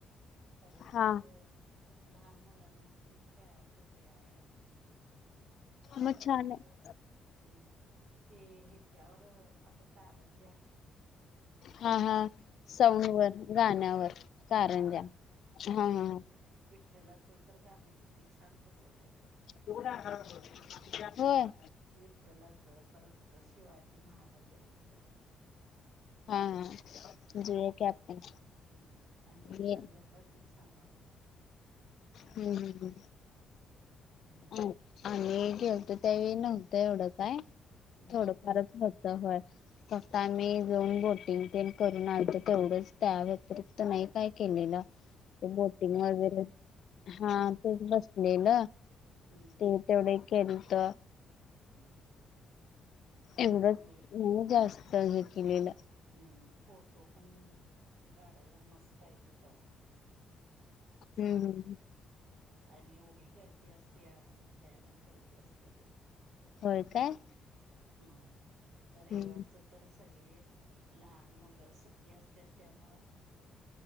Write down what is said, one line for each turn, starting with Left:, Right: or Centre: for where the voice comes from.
Right: परत
Left: हा
Right: तिथं लहान मुलांनी खेळायसाठी हाय. परत
Left: मग छान आहे
Right: हम्म, ते ह्याच्यावर असं कारंनज्या
Left: हा हा साउंड
Right: वरच्या
Left: वर गाण्यावर कारंनज्या.
Right: हा हा
Left: हा हा
Right: लय छान
Left: हा.
Right: विठ्ठलाचं तर गाण किती छान बसवलेत.
Left: व्हय.
Right: विठ्ठलाच परत शिवाजी महाराजांचं.
Left: हा.
Right: हम्म,
Left: जुया की आपण
Right: होय ना आणि
Left: ये
Right: संध्याकाळच छान वाटतंय.
Left: हम्म हम्म हम्म
Right: हम्म.
Left: अ आम्ही गेलतो त्यावेळी नव्हतं एवढं काय
Right: नव्हतं
Left: थोडंफारच होत तर होय फक्त आम्ही जाऊन बोटिंग ते करून आणतो तेवढंच त्या व्यतिरिक्त नाही काय केलेलं ते बोटिंग वगैरे हा
Right: हम्म
Left: ते बसलेल
Right: हम्म
Left: ते तेवढे एक केलत
Right: हम्म
Left: एवढं
Right: होय
Left: नाही जास्त हे केलेलं
Right: हम्म फोटो पण काढायला मस्त आहे तिथं बघ छान
Left: हम्म हम्म
Right: हाय आणि एवढी गर्दी असत्या भयानक गर्दी असत्या तिथ
Left: होय काय
Right: होय रविवारचं
Left: हम्म
Right: तर सगळी लहान मुलं सुट्टी असत्या त्यामुळ-